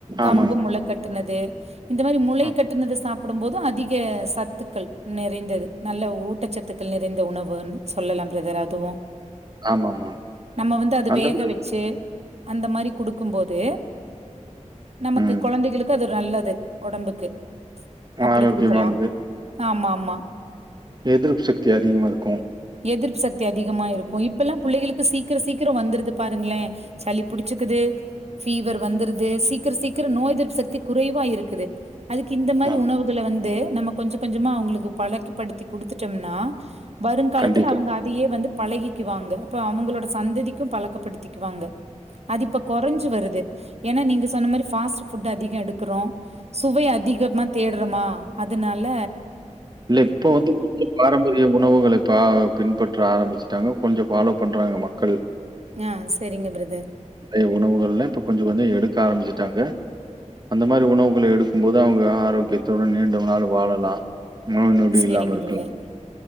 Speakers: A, on the right (about 35°); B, on the right (about 55°).
A: ஆமாங்க.
B: கம்பு முளை கட்டுனது இந்த மாரி முளை
A: ஆமா.
B: கட் டுனது சாப்புடும் போது அதிக சத்துக்கள் நிறைந்தது நல்ல ஊட்டச்சத்து கள் நிறைந்த உணவுன் சொல்லலா பிரதர் அதுவு
A: ஆமாமா
B: நம்ம வந்து அத
A: அந்த
B: வேக
A: மாரி
B: வச்சு அந்த மாரி குடுக்கும்போது நமக்கு
A: ம்.
B: கொழந்தைகளுக்கு அது ஒரு நல்லது ஒடம்புக்கு அப்டி
A: ஆரோக்கியமானது.
B: குடுக்கலா ஆமா ஆமா
A: எதிர்ப்பு சக்தி அதிகமா இருக்கும்.
B: எதிர்ப்பு சக்தி அதிகமா இருக்கு இப்பெல்லா புள்ளைகளுக்கு சீக்கிர சீக் கிரம் வந்துருது பாருங்களே சளி புடிச்சிக்குது ஃபீவர் வந்துருது சீக்கிர சீக்கிர நோய் எதிர்ப்பு சக்தி குறைவா இருக்குது அதுக்கு இந்த மாரி
A: ஆமா.
B: உணவுகள வந்து நம்ம கொஞ்ச கொஞ்சமா அவுங்களுக்கு பழக்கிப்படுத்தி குடுத்துட்டோம்னா வருங்காலத்துல
A: கண்டிப்பா.
B: அவுங்க அதையே வந்து பழகி க்குவாங்க அப்ப அவுங்களோட சந்ததிக்கும் பழக்கப்படுத்திக்குவாங்க அது இப்ப கொறைஞ்சு வருது ஏன்னா நீங்க சொன்ன மாரி ஃபாஸ்ட் ஃபுட் அதிக எடுக்குறோ சுவை அதிகமா தேடுறோமா அதுனால
A: இல்ல இப்போ வந்து கொஞ்ச பாரம்பரிய உணவுகள பா பின்பற்ற ஆரம்பிச்சுட்டாங்க கொஞ்ச ஃபாலோ பண்றாங்க மக்கள்
B: ஆ சரிங்க பிரதர்
A: நெறைய உணவுகள்லா இப்ப கொஞ்ச கொஞ்ச எடுக்க ஆரம்பிச்சுட்டாங்க அந்த மாரி உணவுகள எடுக்கும்போது அவுங்க ஆரோக்கியத்துடன் நீண்ட நாள் வாழலா நோய் நொடில்லாம
B: சரிங்க
A: இருக்கலா
B: பிரதர்